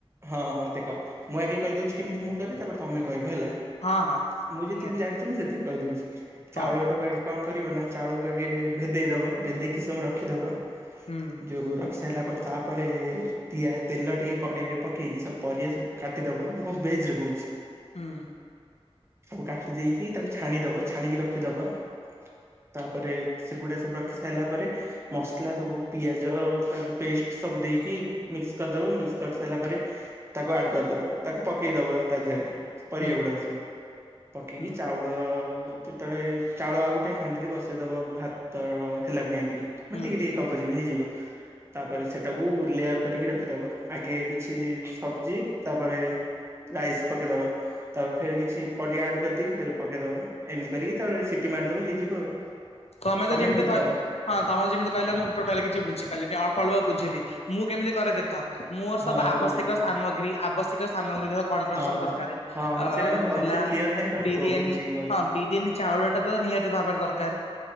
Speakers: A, on the right; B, on the left.
A: ହଁ ହଁ ଦେଖ ମୁଁ ଆଜ୍ଞା କହିଦଉଛି କେମିତି ମୁଁ କରିନି ତାପରେ ତମେ କହିବ ହେଲା।
B: ହଁ ହଁ
A: ମୁଁ ଯେତିକି
B: ନିହାତି
A: ଜାଣିଛି ମୁଁ ସେତିକି କହିଦଉଛି
B: ହଁ
A: ଚାଉଳଟାକୁ ଆ କଣ କରିବନା ଚାଉଳକୁ ଆଗେ ଭେଦେଇ ଦବ ଭେଦେଇ କିଛିସମୟ ରଖିଦବ
B: ହୁଁ।
A: ଯୋଉ ସାରିଲା ପରେ ତାପରେଆ ତେଲ ଟିକିଏ କଡେଇରେ ପକେଇକି ସବୁ ପରିବା ସବୁ କାଟିଦେବ ମୁଁ ମୁଁ ଭେଜ୍ରରେ କହୁଛି
B: ହୁଁ।
A: ତାବୁ କାଟି ଦେଇକି ତାକୁ ଛାଣିଦବ ଛାଣିକି ରଖିଦବ ତାପରେ ସେଗୁଡା ସବୁ ରଖି ସାରିଲା ପରେ ମସଲା ସବୁ ପିଆଜ ତା ପେଷ୍ଟ ସବୁ ଦେଇକି ମିକ୍ସ କରିଦବ ମିକ୍ସ କରି ସାରିଲା ପରେ ତାକୁ ଆଡ କରିଦବ ତାକୁ ପକେଇଦବ ତା ଦେହରେ। ସେ ପରିବା
B: ହୁଁ
A: ଗୁଡାକ ସବୁ ପକେଇକି
B: ହୁଁ
A: ଚାଉଳ ଚାଉଳ ଯେତେବେଳେ ଚାଉଳ ଆଉ ଗୋଟେ ହାଣ୍ଡିରେ ବସେଇଦେବ ଭାତ ହେଲା ପୁଣିଆ ଟିକେ। ମାନେ
B: ହୁଁ
A: ଟିକେ ଟିକେ ହବ ଯେିମ ହେଇଯିବ ତାପରେ ସେଟାକୁ ଲେୟର କରିକି ରଖିଦବା ଆଗେ କିଛି ସବଜି ତାପରେ ରାଇସ୍ ପକେଇଦବା ତାପରେ ଫେର କିଛି ପରିବା ଆଡ କରିଦେଇକି ଫେର ପକେଇଦବ ଏମିତି କରିକି ତାରେ ସିଟି ମାରିଦବ ହେଇଯିବ ଆଉ
B: ତମେ ତ ଯେମିତି
A: କେମିତି
B: କ
A: କର
B: ହଁ ତମେ ତ ଯେମିତି କହିଲେ ମୁଁ ଟୋଟାଲି କିଛି ବୁଝି ପାରିଲିନି ଅଲ୍ପ ଅଲ୍ପ ବୁଝିଲି ମୁଁ କେମିତି କରେ ଦେଖ ମୋର ସବୁ
A: ହଁ
B: ଆବଶ୍ୟକ
A: ତୁମେ କୁହ
B: ସାମଗ୍ରୀ ଆବଶ୍ୟକ ସାମଗ୍ରୀ ଦେଖ କଣ କଣ
A: ହଁ
B: ସବୁ
A: ହଁ।
B: ଦରକାର
A: ହଁ ହଁ
B: ଅ
A: ସେଇଟା ମୁଁ ଭଲସେ
B: ହେଲା
A: କ୍ଲିୟର ନାହିଁ ତମେ
B: ବିରିୟାନୀ
A: କୁହ ବୁଝେଇକି ଭଲସେ
B: ହଁ ବିରିୟାନୀ? ଚାଉଳ ଟା ତ ନିହାତି ଭାବରେ ଦରକାର